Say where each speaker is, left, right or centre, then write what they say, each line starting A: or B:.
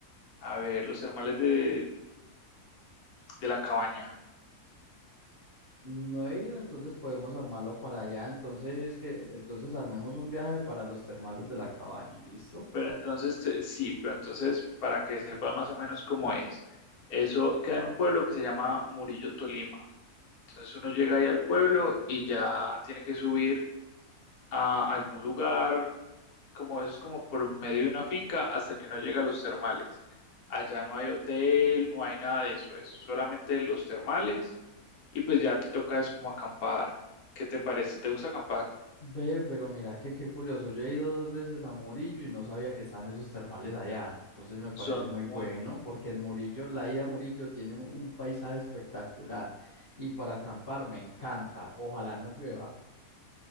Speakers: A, on the left; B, on the left.
A: A ver, los termales de, de la cabaña.
B: No he ido, entonces podemos armarlo para allá. Entonces, que, entonces armemos un viaje para los termales de la cabaña, ¿listo?
A: Pero entonces, te- sí, pero entonces, para que sepas más o menos cómo es, eso queda en un pueblo que se llama Murillo Tolima. Entonces uno llega ahí al pueblo y ya tiene que subir a algún lugar, como eso es como por medio de una finca, hasta que uno llega a los termales. Allá no hay hotel, no hay nada de eso, es solamente los termales y pues ya te toca es como acampar. ¿Qué te parece? ¿Te gusta acampar?
B: Ve, pero mira, que qué curioso. Yo he ido dos veces a Murillo y no sabía que estaban esos termales allá. Entonces me parece
A: Son
B: muy
A: muy,
B: bueno porque en Murillo, la ida a Murillo tiene un paisaje espectacular y para acampar me encanta. Ojalá no llueva.